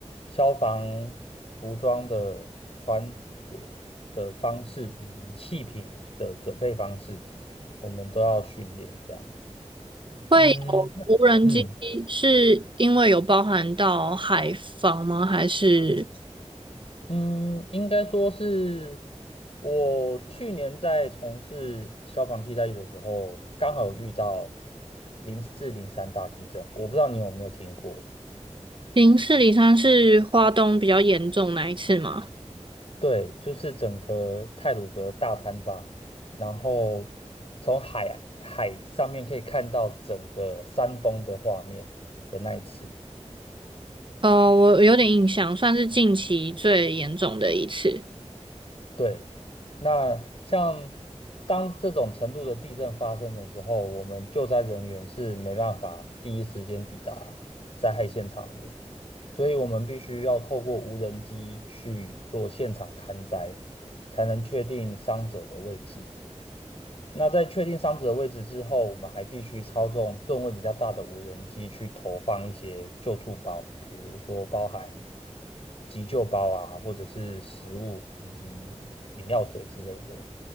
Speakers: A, on the left; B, on the right.
A: 消防服装的穿着的方式以及气瓶的准备方式，我们都要训练这样。
B: 会有无人机是因为有包含到海防吗？
A: 嗯，嗯，
B: 还是
A: 嗯，应该说是我去年在从事消防替代役的时候，刚好有遇到零四零三大地震，我不知道你有没有听过？
B: 零四零三是花东比较严重那一次吗？
A: 对，就是整个太鲁阁大坍方，然后从海海上面可以看到整个山崩的画面的那一次。
B: 呃，我有点印象，算是近期最严重的一次。
A: 对，那像当这种程度的地震发生的时候，我们救灾人员是没办法第一时间抵达灾害现场的，所以我们必须要透过无人机去做现场勘灾，才能确定伤者的位置。那在确定伤者的位置之后，我们还必须操纵吨位比较大的无人机去投放一些救助包，比如说包含急救包啊，或者是食物以及饮料水之类的。